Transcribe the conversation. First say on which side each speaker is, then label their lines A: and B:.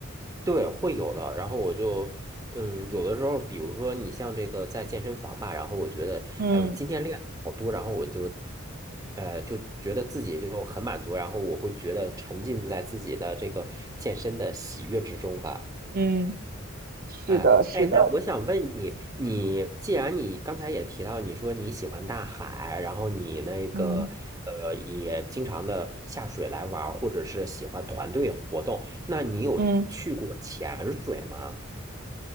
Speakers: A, on the right; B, on the right.
A: 对，会有的。然后我就，嗯，有的时候，比如说你像这个在健身房吧，然后我觉得，
B: 嗯
A: 哎呦，今天练的好多，然后我就，呃，就觉得自己就很满足，然后我会觉得沉浸在自己的这个健身的喜悦之中吧。
B: 嗯，是的，
A: 哎哎，
B: 是的，
A: 那我想问你，你既然你刚才也提到，你说你喜欢大海，然后你那个呃也经常的下水来玩儿，
B: 嗯
A: 或者是喜欢团队活动，那你有去过潜水吗？
B: 嗯。